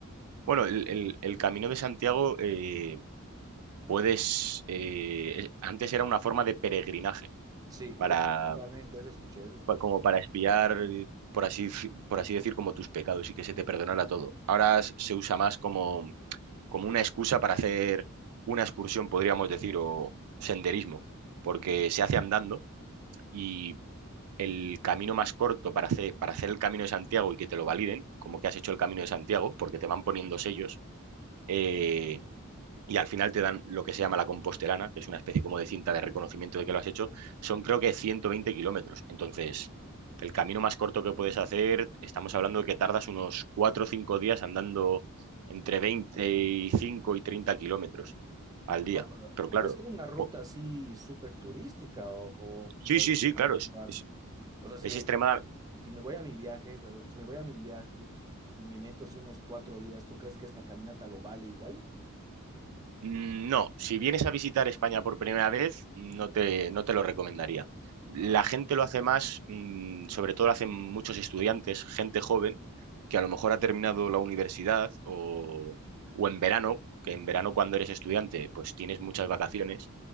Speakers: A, on the right (about 85°); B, on the right (about 15°).
A: Bueno, el, el- el Camino de Santiago eh, puedes, eh, es- antes era una forma de peregrinaje,
B: Sí,
A: para,
B: exactamente, eso escuché, eso escuché.
A: pa- como para espiar, eh, por así, fi- por así decir, como tus pecados y que se te perdonara todo. Ahora s- se usa más como como una excusa para hacer una excursión, podríamos decir, o senderismo, porque se hace andando y el camino más corto para hacer, para hacer el camino de Santiago y que te lo validen, como que has hecho el camino de Santiago, porque te van poniendo sellos, eh, y al final te dan lo que se llama la compostelana, que es una especie como de cinta de reconocimiento de que lo has hecho, son creo que 120 kilómetros. Entonces, el camino más corto que puedes hacer, estamos hablando de que tardas unos 4 o 5 días andando entre 25 y 30 kilómetros al día.
B: Ah, pero
A: Pero
B: Debe
A: claro,
B: ser una ruta
A: po-
B: así súper turística o, o,
A: sí,
B: o es
A: sí, sí,
B: medio
A: claro, es,
B: raro.
A: es,
B: O sea, si,
A: es
B: le-
A: extremadamente...
B: si me voy a mi viaje, pero si me voy a mi viaje y me meto así unos cuatro días, ¿tú crees que esta caminata lo vale igual?
A: Mm, No, si vienes a visitar España por primera vez, no te, no te lo recomendaría. La
B: Ah,
A: gente lo hace más, mm, sobre todo lo hacen muchos estudiantes, gente joven, que a lo mejor ha terminado la universidad o, o en verano, que en verano cuando eres estudiante, pues tienes muchas vacaciones,